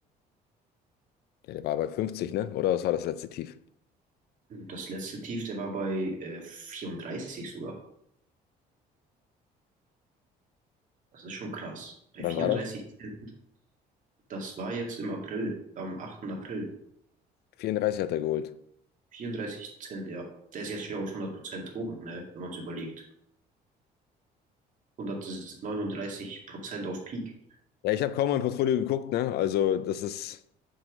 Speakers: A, on the left; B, on the right.
A: ja, der war bei 50, ne? Oder was war das letzte Tief?
B: Das letzte Tief, der war bei äh, 34 sogar. Das ist schon krass. Bei
A: Wann
B: 34
A: war das?
B: Cent, das war jetzt im April, am 8. April.
A: 34 hat er geholt.
B: 34 Cent, ja. Der ist jetzt schon auf 100 Prozent hoch, ne? Wenn man es überlegt. 139 Prozent auf Peak.
A: Ja, ich habe kaum mein Portfolio geguckt, ne? Also das ist,